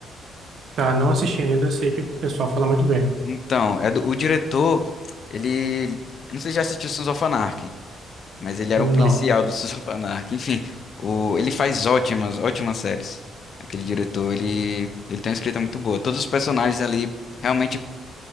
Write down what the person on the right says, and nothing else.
Tá, não assisti ainda. Sei que o pessoal fala muito bem.
Não.